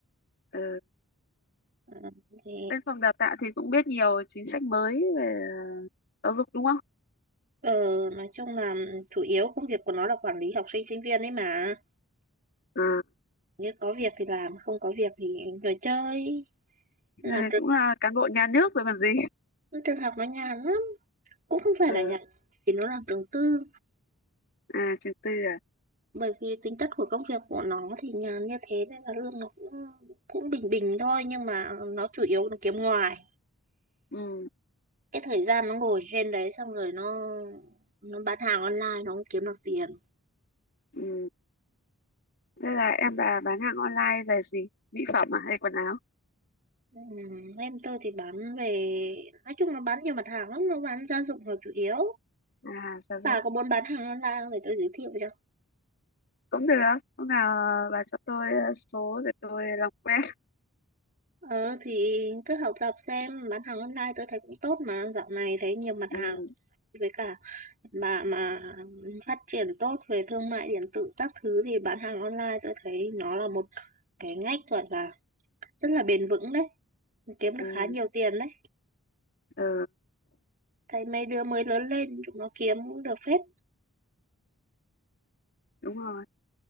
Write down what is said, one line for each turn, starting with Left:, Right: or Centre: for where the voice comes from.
Left: ờ,
Right: Ờ, thì
Left: bên phòng đào tạo thì cũng biết nhiều chính sách mới về ờ, giáo dục đúng không
Right: ờ, nói chung là ừ, chủ yếu công việc của nó là quản lý học sinh sinh viên ấy mà
Left: Ờ,
Right: như có việc thì làm không có việc thì ngồi chơi làm
Left: thì
Right: trường,
Left: cũng là cán bộ nhà nước rồi còn gì <laughs>
Right: trường học nó nhàn lắm cũng không phải
Left: ờ,
Right: là nhàn thì nó làm trường tư
Left: à trường tư à
Right: bởi vì tính chất của công việc của nó thì nhàn như thế nên là lương nó cũng cũng bình bình thôi nhưng mà nó chủ yếu là kiếm ngoài
Left: ừ,
Right: cái thời gian nó ngồi trên đấy xong rồi nó nó bán hàng online nó không kiếm được tiền
Left: ừ. Thế là em bà bán hàng online về gì mỹ phẩm à hay quần áo
Right: ừ, em tôi thì bán về nói chung nó bán nhiều mặt hàng lắm nó bán gia dụng là chủ yếu
Left: à dạ
Right: bà
Left: rồi.
Right: có muốn bán hàng online không để tôi giới thiệu cho
Left: cũng được hôm nào à, bà cho tôi à, số để tôi làm quen
Right: ờ thì cứ học tập xem bán hàng online tôi thấy cũng tốt mà dạo này thấy nhiều mặt
Left: ừ,
Right: hàng với cả bà mà phát triển tốt về thương mại điện tử các thứ thì bán hàng online tôi thấy nó là một cái ngách gọi là rất là bền vững đấy kiếm được
Left: ừ,
Right: khá nhiều tiền đấy
Left: ờ,
Right: thấy mấy đứa mới lớn lên chúng nó kiếm cũng được phết
Left: đúng rồi